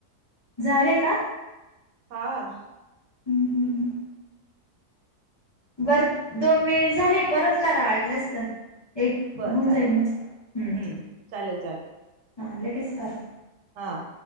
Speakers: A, on the left (about 40°); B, on the right (about 85°).
A: झाले का?
B: हां.
A: हम्म हम. बर दोन मिनिट झाले परत करा वाटलंस तर. एक
B: बरं
A: होऊन
B: चालेल
A: जाईल म्हणजे हम्
B: हम्म चालेल
A: हा लगेच कारा.
B: हां.